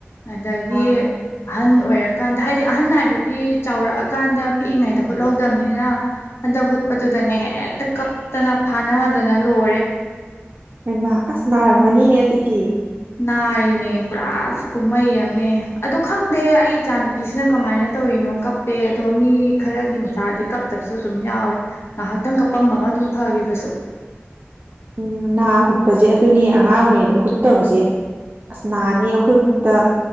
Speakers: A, on the left; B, on the right.
A: ꯑꯗꯒꯤ
B: ꯑꯥ
A: ꯑꯍꯟ ꯑꯣꯏꯔꯛ ꯀꯀꯥꯟꯗ ꯍꯥꯏꯗꯤ ꯑꯍꯟ ꯍꯥꯏꯕꯗꯤ ꯆꯥꯎꯔꯛꯑꯀꯥꯟꯗ ꯄꯤꯛꯏꯉꯩꯗ ꯍꯨꯠꯍꯧꯗꯕꯅꯤꯅ ꯍꯟꯗꯛ ꯍꯨꯠꯄꯗꯨꯗꯅꯦ ꯍꯦꯛꯇ ꯀꯞꯇꯅ ꯐꯥꯅꯗꯅ ꯂꯣꯏꯔꯦ
B: ꯍꯣꯏ ꯏꯃ ꯑꯁ ꯅꯥꯔꯝꯒꯅꯤꯅꯦ ꯑꯗꯨꯗꯤ
A: ꯅꯥꯔꯤꯅꯦ ꯄꯨꯔꯥ ꯀꯨꯝꯍꯩ ꯑꯅꯦ ꯑꯗꯨ ꯈꯪꯗꯦ ꯑꯩ ꯏꯆꯥ ꯅꯨꯨꯄꯤꯁꯤꯅ ꯀꯃꯥꯏꯅ ꯇꯧꯔꯤꯅꯣ ꯀꯞꯄꯦ ꯑꯗꯣ ꯃꯤ ꯈꯔꯒꯤ ꯃꯆꯥꯗꯤ ꯀꯞꯇꯕꯁꯨ ꯑꯗꯨꯝ ꯌꯥꯎꯋꯦ ꯉꯥꯏꯍꯥꯛꯇꯪ ꯀꯞꯄꯝꯃꯒ ꯑꯗꯨꯝ ꯐꯈꯤꯕꯁꯨ
B: ꯎꯝ ꯅꯥ ꯍꯨꯠꯄꯁꯦ ꯑꯗꯨꯅꯤ ꯑꯉꯥꯡ ꯑꯣꯏꯔꯤꯉꯩꯗ ꯍꯨꯠꯇꯕꯁꯦ ꯑꯁ ꯅꯥꯅꯤ ꯑꯩꯈꯣꯏ ꯐꯧꯇ